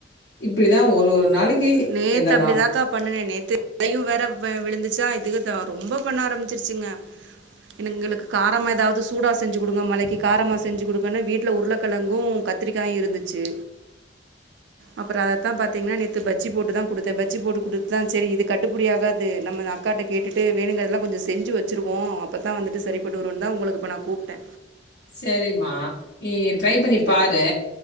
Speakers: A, on the left; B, on the right.
A: இப்டிதா ஒரு ஒரு நாளைக்கு
B: நேத்து
A: எதனா.
B: அப்டிதா அக்கா பண்ண நேத்து அதையு வேற வே விழுந்துச்சா இதுங்க ரொம்ப பண்ண ஆரம்பிச்சிருச்சுங்க எங்களுக்கு காரமா ஏதாவது சூடா செஞ்சு கொடுங்க மழைக்கு காரமா செஞ்சு கொடுங்க வீட்ல உருளக்கெழங்கு கத் திரிக்காயு இருந்துச்சு அப்றோ அதத்த பாத்தீங்கன நேத்து பஜ் ஜி போட்டு தா கொடுத்த பஜ்ஜி போட்டு கொடுத்த சேரி இது கட்டுபடியாகாது நம்ம அக்காட்ட கேட்டுட்டு வேணுங்கரதெல்ல கொஞ்ச செஞ்சு வச் சுருவோ அப்தா வந்துட்டு செரிப்பட்டு வருனுதா உங்களுக்கு இப்ப நா கூப்டே
A: சேரிமா நீ ட்ரை பண்ணி பாரு